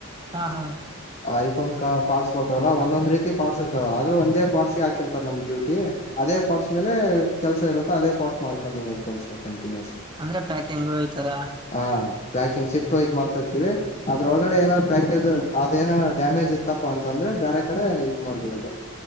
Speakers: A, on the right; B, on the left.
A: ಹಾ ಹಾ
B: ಐಫೋನ್ ಕ ಪ್ಟ್ಸ್ ಬರ್ತವಲ್ಲ ಒಂದೊಂದ ರೀತಿ ಪಾರ್ಟಸ್ ಇರ್ತಾವ ಅವ ಆದ್ರ ಒಂದೇ ಪ್ಟ್ಸ್ಗೆ ಹಕಿರ್ತ ನಮ ್ಯೂಟಿ ಅದೇ ಫೋರ್ಸ್ ಮೇಲೆ ಕೆಲಸ ಇರುತ್ತ ಅದ ಫೋಸ್ ಮಾಡಕೊಂಡ್ ಹೋಗದದು ಕೆಲ್ಸ ಕಂಟಿನ್ಯೂಸ್
A: ಅಂದ್ರೆ ಪ್ಯಾಕಿಂಗ್ ಈ ತರ
B: ಹ ಪ್ಯಾಕಿಂಗ್ ಶಫ್ಸ್ ಮಾಡ್ತಿರ್ತಿೀವಿ ಅದ್ರೊಳಗಡೆ ಏನಾದ್ ಪ್ಯಾಕೇಜ್ ಅ್ ಏನಾರ್ ಡ್ಯಾಮೇಜ್ ಇತ್ತಪ್ಪ ಅಂತಂದ್ರೆ ಬೇರೆ ಕಡೆ ಇ ಮಾಡ್ಬಿಡದು